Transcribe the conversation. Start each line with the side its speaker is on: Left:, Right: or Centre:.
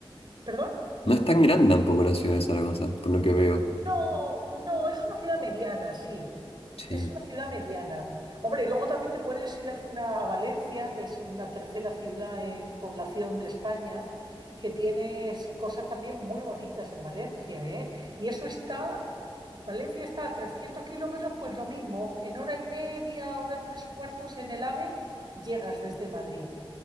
Right: ¿perdón?
Left: No es tan grande tampoco la ciudad de Zaragoza, por lo que veo.
Right: No, no, es una ciudad mediana, sí.
Left: Sí,
Right: Es una ciudad mediana. Hombre, y luego también te puedes ir a, una, a Valencia, que es la tercera ciudad en población de España, que tienes cosas también muy bonitas en Valencia, ¿eh? Y eso está, Valencia está a 300 kilómetros, pues lo mismo, en hora y media, hora tres cuartos en el AVE, llegas desde Madrid.